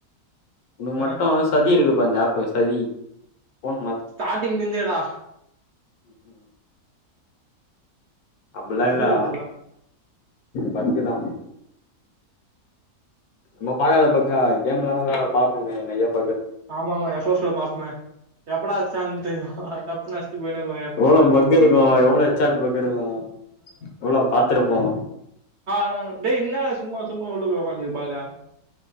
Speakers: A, on the left; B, on the right.
A: உனகு மட்டு
B: ஆ
A: சதி இருக்குப்பா இந்த ஏப்பு சதி ஃபோன மாத்து
B: ஸ்டார்டிங் நிந்தேடா
A: உம் உம் அப்புஃல்லா
B: பக்குல
A: இல்லா
B: இதெல்லா
A: பஃக்குதா நம்ம பாக்காத பஃக்கா கேஃம் வெளாடப பாப்போமே நெயப்
B: ஆமா மா ஏ ஷோஷுல பாப்பமே எப்படா அச்சான்ட்டு டப்புன்னு அடிச்சிட்டு போயினே இருப்பாங்க எஃப்
A: எவ்ளோ
B: எஃப் ல
A: பஃக்கிருக்கு எவ்ளோ எச்சாட் பஃக்கிருக்கு எவ்ளோ பாத்துருப்போ
B: ஆ ட டேய் என்னடா சும்மா சும் ம்மா உள்ள போய் உக்காந்திகு பாஃகலையா